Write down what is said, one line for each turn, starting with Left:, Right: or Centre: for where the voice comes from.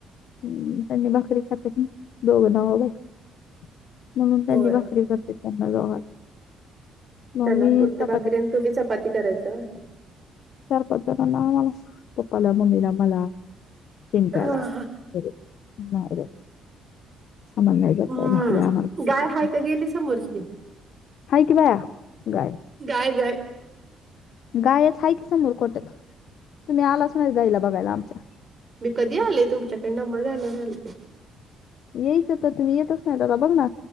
Left: हम्म त्यांनी भाकरी खातात ना दोघ नवरा-बायको म्हणून त्यांनी
Right: होय.
Left: भाकरी करतात ते त्यांना दोघांना
Right: त्यांनापुरत
Left: मग मी चपात्या
Right: भाकरी
Left: करते.
Right: आणि तुम्ही चपाती करायचं होय
Left: चार पाच जणांना आम्हाला पप्पाला, मम्मीला, मला, चिनट्याला
Right: हा हा.
Left: तरी नाही बाई आम्हाला नाही जात
Right: हम्म
Left: भाकरी आम्हाला करायची.
Right: गाय हाय का गेली समोरची
Left: हाय कि बा गाय
Right: गाय गाय
Left: गायच हाय की समोर गोठ्यात तुम्ही आलाच नाही गाईला बघायला आमच्या
Right: मी कधी आलेय तुमच्याकडे नम्मा झाल्यावर आलते
Left: यायचं तर तुम्ही येतच नाही आता बघ ना